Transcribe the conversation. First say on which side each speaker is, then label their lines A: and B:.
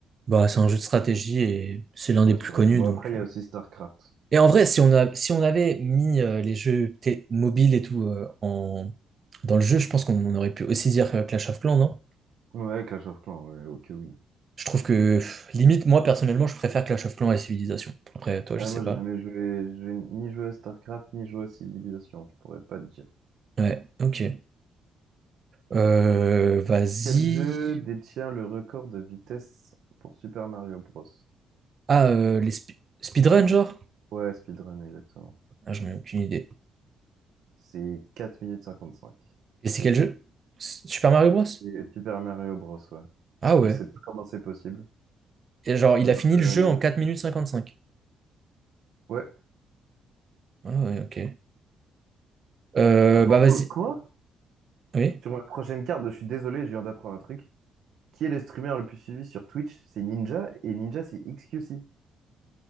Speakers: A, on the right; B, on the right.
A: Bah, c'est un jeu de stratégie et c'est l'un
B: Ouais,
A: des plus
B: c'est
A: connus,
B: vrai. Bon,
A: donc.
B: après, il
A: euh.
B: y a aussi StarCraft.
A: Et en vrai, si on a, si on avait mis euh, les jeux té- mobiles et tout euh, en, dans le jeu, je pense qu'on aurait pu aussi dire euh, Clash of Clans, non?
B: Ouais, Clash of Clans, ouais, ok, oui.
A: Je trouve que, pff, limite, moi, personnellement, je préfère Clash of Clans à Civilization. Après, toi,
B: Ah,
A: je sais
B: moi,
A: pas.
B: j'ai jamais joué, j'ai ni joué à StarCraft, ni joué à Civilization, je pourrais pas te dire.
A: Ouais, ok. Euh, vas-y.
B: Quel jeu détient le record de vitesse pour Super Mario Bros?
A: Ah, euh, les spe- speedrun, genre?
B: Ouais, speedrun, exactement.
A: Ah, j'en ai aucune idée.
B: C'est 4 minutes 55.
A: Et c'est
B: C'est
A: quel jeu? S- Super Mario Bros?
B: c'est Super Mario Bros, ouais.
A: Ah ouais.
B: Je sais pas comment c'est possible.
A: Et genre, il
B: Euh,
A: a fini le jeu en 4 minutes 55.
B: ouais.
A: Ah ouais, ok. Euh,
B: Attends,
A: bah vas-y.
B: pause, quoi?
A: Oui?
B: Sur ma prochaine carte, je suis désolé, je viens d'apprendre un truc. Qui est le streamer le plus suivi sur Twitch? C'est Ninja, et Ninja, c'est XQC.